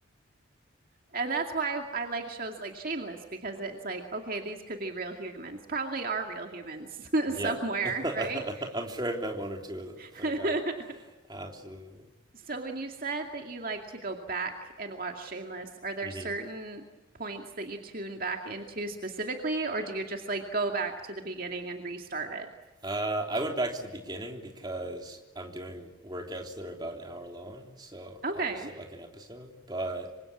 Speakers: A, on the right; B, on the right.
A: And that's why I like shows like Shameless because it's like, okay, these could be real humans, probably are real humans <laughs>
B: Yeah.
A: somewhere,
B: <laughs> I'm
A: right?
B: sure I've met one or two of them.
A: <laughs>
B: Like I absolutely.
A: So when you said that you like to go back and watch Shameless, are there
B: hmm
A: certain points that you tune back into specifically, or do you just like go back to the beginning and restart it?
B: Uh, I went back to the beginning because I'm doing workouts that are about an hour long, so
A: Okay.
B: I can just hit like an episode. But